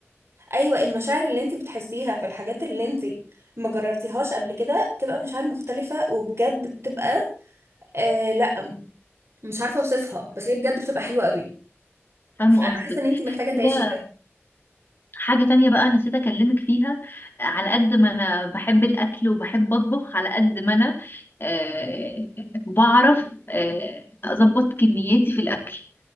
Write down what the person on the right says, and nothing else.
ايوه المشاعر اللي انت بتحسيها في الحاجات اللي انت ما جربتيهاش قبل كده بتبقى مشاعر مختلفة وبجد بتبقى آه لا مش عارفة اوصفها بس هي بجد بتبقى حلوة قوي
فانا
حاسة ان انت محتاجة تعيشي
ده